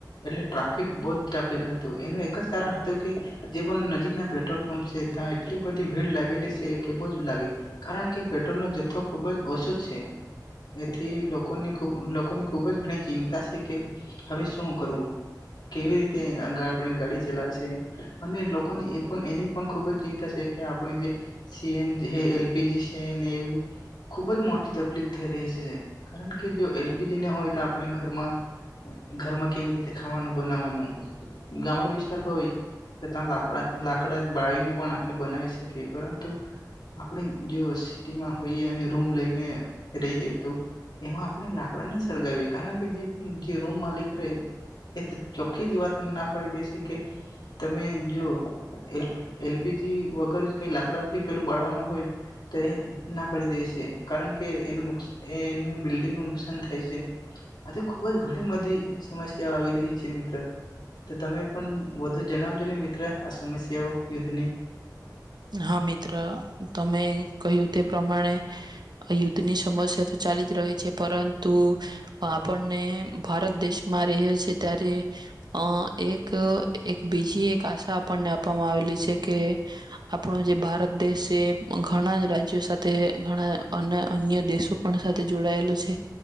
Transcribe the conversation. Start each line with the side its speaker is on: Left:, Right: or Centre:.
Left: એટલે ટ્રાફિક બહ જ ટ્રાફિક હતું એનું એક જ કારણ હતું કે જે પણ નજીકના પેટ્રોલ પંપ છે ત્યા એટલી બધી ભીડ લાગેલી છે કે બહ જ લાગે કારણ કે પેટ્રોલનો જથ્થો ખૂબ જ ઓછો છે એથી લોકોની ખૂબ લોકોની ખૂબ જ ઘણી ચિંતા છે કે હવે શું કરવું કેવી રીતે આપણી ગા ગાડી ચલાવશે અને લોકોની એ પણ એની પણ ખૂબ જ ચિંતા છે કે આપણે જે C N L P G છે ને એવી ખુબ જ મોટી તકલીફ થઈ રહી છે કારણ કે જો એલ પી જી ને હોય તો આપણે ઘરમાં ઘરમાં કેવી રીતે ખાવાનું બનાવાનું ગામડા વિસ્તાર હોય તો ત્યાં લાકડા લાકડા બાળીને પણ આપણે બનાવી શકીએ પરંતુ આપણે જો સિટીમાં હોઈએ અને રૂમ લઈને રહીએ તો એમાં આપણે લાકડા ના સળગાવીએ કારણ કે જે રૂમ માલિક રેય એ ચોખ્ખી જ વાત ના પાડી દેશે કે તમે જો એ એલ પી જી વગર જ કઈ લાકડાથી પેલું બાળવાના હોય તો એ ના પાડી દે છે કારણ કે એનું એ એનું બિલ્ડિંગનું નુકસાન થાય છે આથી ખૂબ જ ઘણી બધી સમસ્યાઓ આવી રહી છે મિત્ર. તો તમે પણ વધુ જણાવજો ને મિત્ર આ સમસ્યાઓ યુદ્ધની
Right: હા, મિત્ર તમે કહ્યું તે પ્રમાણે યુદ્ધની સમસ્યા તો ચાલી જ રહી છે પરંતુ અ આપણને ભારત દેશમાં રહેલ છે ત્યારે અ એક એક બીજી એક આશા આપણને આપવામાં આવેલી છે કે આપણો જે ભારત દેશ છે ઘણા રાજ્યો સાથે ઘણા અન અન્ય દેશો પણ સાથે જોડાયેલો છે